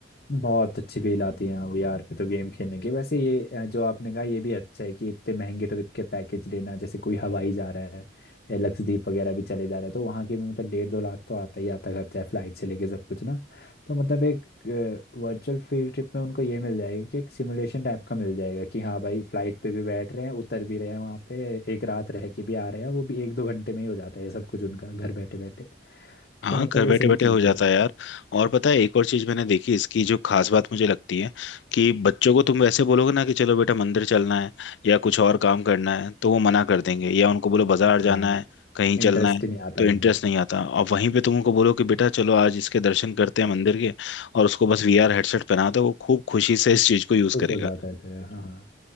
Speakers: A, on the left; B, on the left.
A: बहुत अच्छी फील आती है हाँ, वीआर पे तो गेम खेलने की वैसे ये अ, जो आपने कहा ये भी अच्छा है कि इतने महंगे ट्रिप के पैकेज लेना जैसे कोई हवाई जा रहा है या लक्षद्वीप वगैरह भी चले जा रहे हैं तो वहाँ के भी मतलब डेढ़ दो लाख तो आता ही आता खर्चा है फ्लाइट से लेके सब कुछ ना तो मतलब एक वर्चुअल फील्ड ट्रिप में उनको ये मिल जाएगा कि एक सिमुलेशन टाइप का मिल जाएगा कि हाँ भाई फ्लाइट पे भी बैठ रहे हैं उतर भी रहे हैं वहाँ पे एक रात रह के भी आ रहे हैं वो भी एक दो घंटे में ही हो जाता है ये सब कुछ उनका घर बैठे बैठे
B: हाँ
A: तो मतलब
B: घर
A: ये
B: बैठे
A: सही
B: बैठे
A: चीज़
B: हो जाता
A: है बहुत
B: है यार और पता है एक और चीज मैंने देखी इसकी जो खास बात मुझे लगती है कि बच्चों को तुम वैसे बोलोगे ना कि चलो बेटा मंदिर चलना है या कुछ और काम करना है तो वो मना कर देंगे या उनको बोलो बाजार
A: हाँ
B: जाना
A: अरे
B: है कहीं चलना
A: इंटरेस्ट
B: है
A: नहीं आता
B: तो इंटरेस्ट
A: उन्हें
B: नहीं आता और वहीं पे तुम उनको बोलो कि बेटा चलो आज इसके दर्शन करते हैं मंदिर के और उसको बस वीआर हेडसेट पहना दो वो खूब खुशी से इस चीज को यूज
A: खुश
B: करेगा
A: हो जाते थे हाँ हाँ